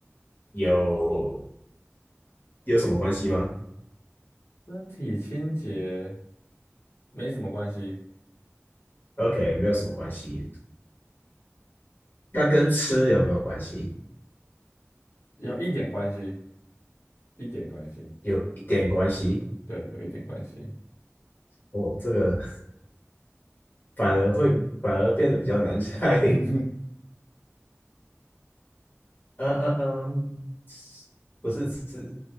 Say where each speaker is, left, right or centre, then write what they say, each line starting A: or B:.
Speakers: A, on the left; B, on the left.
A: 有有什么关系吗
B: 身体清洁没什么关系，
A: ？OK，没有什么关系。那跟吃有没有关系？
B: 有一点关系，一点关系，
A: 有一点关系。
B: 对，有一点关系，
A: 哦，这个反而会反而变得比较难猜。
B: <laughs>
A: <laughs> 嗯嗯嗯，不是吃，